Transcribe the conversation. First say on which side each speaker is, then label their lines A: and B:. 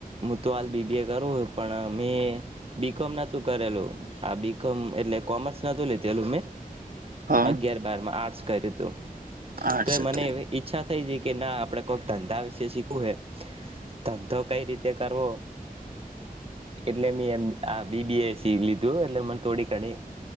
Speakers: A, on the right (about 40°); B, on the right (about 70°).
A: મુ તો હાલ બીબી એ કરું પણ મે બી કોમ નોતું કરેલું આ બી કોમ એટલે કોમર્સ નતું લીધેલુ મેં
B: હા
A: અગયાર બારમાં આર્ટસ કર્યું તું
B: આર્ટસ
A: તો
B: હતું
A: મને એવી ઈચ્છા થઈ જાય કે ના આપડે કોક ધંધા વિશે શીખવું હે ધંધો કઈ રીતે કરવો એટલે મે એ આ બીબીએસી લીધું એટલે મને થોડી ઘણી